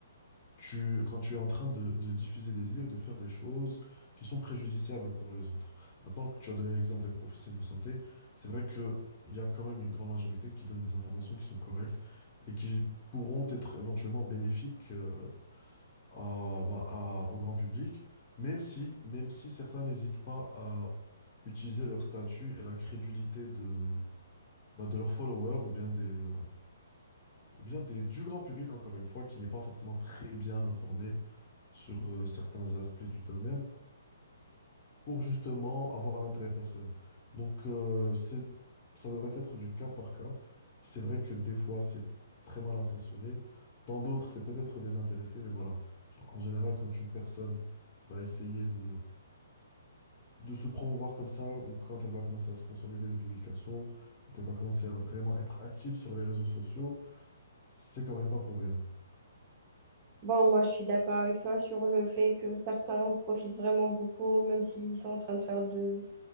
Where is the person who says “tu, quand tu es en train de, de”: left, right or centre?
Left